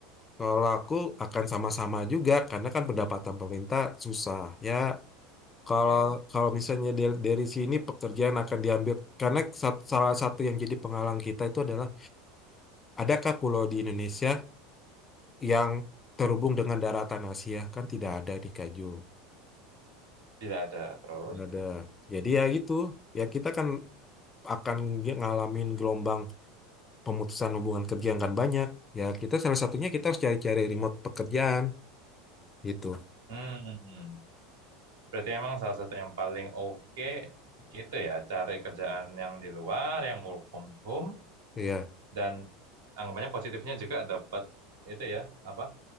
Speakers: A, on the left; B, on the right.
A: kalau aku akan sama-sama juga karena kan pendapatan pemerintah susah ya. Kalau
B: Oke,
A: kalau misalnya dari, dari sini pekerjaan akan diambil karena sat- salah satu yang jadi penghalang kita itu adalah adakah pulau di Indonesia yang terhubung dengan daratan Asia? Kan tidak ada di Kaju.
B: tidak ada terus.
A: Nggak ada. Jadi ya gitu. Ya kita kan akan ngalamin gelombang pemutusan hubungan kerja yang kan banyak. Ya kita salah satunya kita harus cari-cari remote pekerjaan gitu.
B: Hmm, berarti emang salah satu yang paling oke gitu ya, cari kerjaan yang di luar, yang work from home,
A: Iya.
B: dan anggapannya positifnya juga dapat itu ya apa